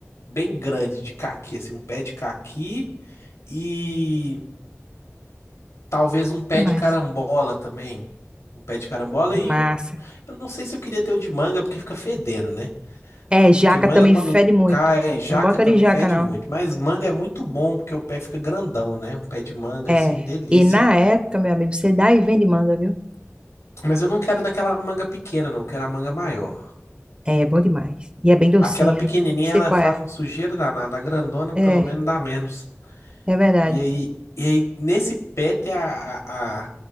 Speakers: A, on the left (about 70°); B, on the right (about 20°).
A: bem grande de caqui, assim, um pé de caqui e talvez um pé
B: que mais?
A: de carambola também. Um pé de carambola
B: Que
A: e
B: massa.
A: um... eu não sei se eu queria ter o de manga porque fica fedendo, né?
B: É, jaca
A: Porque manga
B: também
A: quando
B: fede muito.
A: cai, jaca
B: Não bota
A: também
B: de jaca,
A: fede
B: não.
A: muito, mas manga é muito bom porque o pé fica grandão, né? Um pé de manga
B: É.
A: assim, delícia.
B: E na época, meu amigo, você dá e vende manga, viu?
A: Mas eu não quero daquela manga pequena, não. Eu quero a manga maior.
B: É, bom demais. E é bem docinha.
A: Aquela pequenininha,
B: Sei
A: ela
B: qual
A: faz
B: é.
A: uma sujeira danada. A grandona,
B: É,
A: pelo menos, dá menos.
B: é verdade.
A: E aí, e aí nesse pé tem a, a,